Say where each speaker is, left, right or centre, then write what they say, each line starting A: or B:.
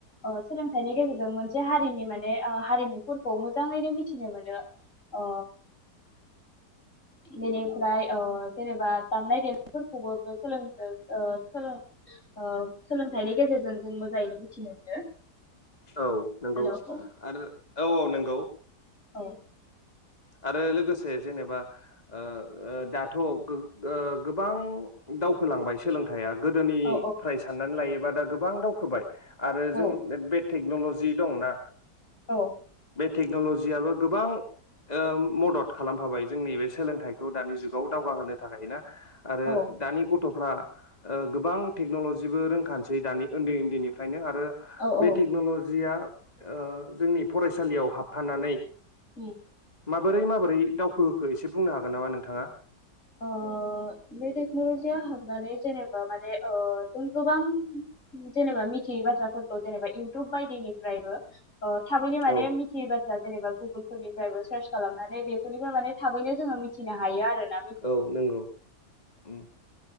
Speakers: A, on the left (about 45°); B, on the left (about 25°).
A: ओ सोलोंथाइनि गेजेरजों मोनसे हारिनि माने ओ हारिमुफोरखौ मोजाङैनो मिथिनो मोनो ओ बेनिफ्राय ओ जेनेबा दामनाय देनायफोरखौबो बे सोलों ओ सोलोंथाइनि गेजेरजों जों मोजाङैनो मिथिनो मोनो।
B: औ नोंगौ
A: हेलौ औ
B: आरो औ औ नोंगौ।
A: औ
B: आरो लोगोसे जेनेबा ओ ओ दाथ' गो-गोबां दावखोलांबाय सोलोंथाइया। गोदोनिफ्राय
A: औ
B: साननानै लायो बा दा गोबां दावखोबाय। आरो
A: औ
B: जों नेट बेट टेकनलजि दंना
A: औ
B: बे टेकनलजियाबो गोबां ओ मदद खालामफाबाय जोंनि बे सोलोंथाइखौ दानि जुगाव दावगाहोनो थाखाय ना। आरो
A: औ
B: दानि गथ' फोरा ओ गोबां टेकनलजिबो रोंखानोसै दानि ओन्दै ओन्दैनिफ्रायनो आरो
A: औ औ
B: बे टेकनलजिया ओ जोंनि फरायसालियाव हाबफानानै
A: उम
B: माबोरै माबोरै दावखो होखो एसे बुंनो हागोन नामा नोंथाङा?
A: ओ बे टेकनलजिया हाबनानै जेनेबा माने ओ जों गोबां जेनेबा मिथियै बाथ्राफोरखौ जेनेबा इउटुब बायदिनिफ्रायबो ओ थाबैनो माने
B: औ
A: मिथियोबा बा जेनेबा गुगोल फोरनिफ्रायबो सार्च खालामनानै बे फोरनिफ्राय माने थाबैनो जोङो मिथिनो हायो आरो ना।
B: औ नंगौ ओम